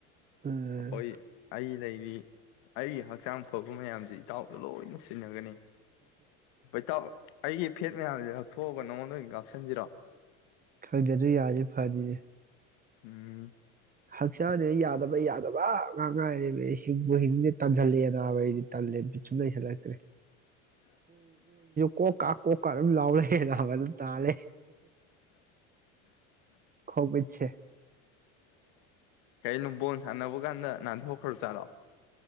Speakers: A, on the right; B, on the left.
A: ꯎꯝ
B: ꯑꯩꯈꯣꯏ ꯑꯩ ꯂꯩꯕꯤ ꯑꯩꯒꯤ ꯍꯛꯆꯥꯡ ꯐꯕ ꯃꯌꯥꯝꯁ ꯏꯇꯥꯎꯗ ꯂꯣꯏꯅ ꯁꯤꯟꯅꯒꯅꯤ ꯩꯇ ꯑꯩꯒꯤ ꯐꯦꯠ ꯃꯌꯥꯝꯁꯦ ꯊꯣꯛꯑꯒ ꯅꯉꯣꯟꯗ ꯑꯣꯏꯅ ꯀꯥꯞꯁꯤꯟꯁꯤꯔꯣ
A: ꯈꯪꯖꯁꯨ ꯌꯥꯁꯦ ꯐꯔꯤꯁꯦ
B: ꯎꯝ
A: ꯍꯛꯆꯥꯡꯅꯦꯅ ꯌꯥꯗꯕ ꯌꯥꯗꯕ ꯉꯥꯡ ꯉꯥꯏꯔꯤ ꯍꯤꯡꯕꯨ ꯍꯤꯡꯗꯤ ꯇꯟꯓꯜꯜꯂꯤ ꯑꯅꯥꯕꯩꯗꯤ ꯇꯜꯂꯦ ꯁꯨꯗ ꯆꯂꯥꯏꯇꯔꯤ ꯀꯣ ꯀꯥ ꯀꯣꯛꯀꯥꯔ ꯑꯗꯨ ꯂꯥꯎꯔꯦ ꯕꯗ ꯇꯥꯔꯦ ꯈꯣꯄꯁ
B: ꯀꯔꯤꯩꯅꯣ ꯕꯣꯟ ꯁꯥꯟꯅꯕ ꯀꯥꯟꯗ ꯅꯥꯟꯊꯣꯛꯈ꯭ꯔꯣ ꯆꯥꯠꯂꯣꯑꯣ